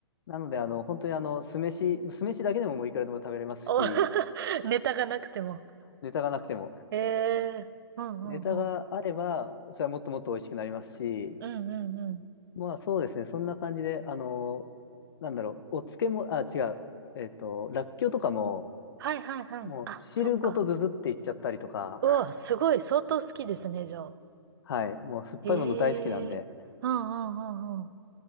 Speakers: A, on the left; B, on the right.
A: なので、あの、本当にあの、酢飯、酢飯だけでももういくらでも食べれますし、
B: お、<laughs> ネタがなくても。
A: ネタがなくても。
B: ええうんうんうん。
A: ネタがあれば、それはもっともっと美味しくなりますし、
B: うんうんうん。
A: まあそうですね、そんな感じで、あの、なんだろう、お漬物、あ、違う、えっと、らっきょうとかも、
B: はいはいはい。
A: もう汁ごとずずっていっちゃったりとか、
B: あ、そっか。うわ、すごい、相当好きですね、じゃあ。
A: <laughs> はい、もう酸っぱいもの大好きなんで、
B: ええうんうんうんうん。